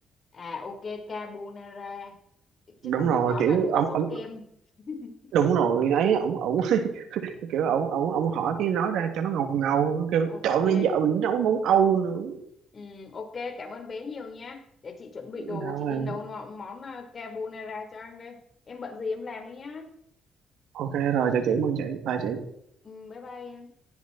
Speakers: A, on the left; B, on the right.
A: à ok carbonara chứ
B: đúng
A: không
B: rồi
A: được nói
B: kiểu
A: là nuôi
B: ông
A: sốt
B: ông
A: kem <laughs>
B: đúng rồi ấy ông ông <laughs> kiểu ông ông ông hỏi cái nói ra cho nó ngầu ngầu kiểu
A: ok
B: trộn lên vợ mình nấu món Âu nữa
A: Ừm, ok cảm ơn bé nhiều nha để chị chuẩn bị
B: rồi
A: đồ chị đi nấu nó- món à, carbonara cho anh đây em bận gì em làm đi nhá
B: ok rồi chào chị mừng chị bye chị
A: Ừm, bye bye em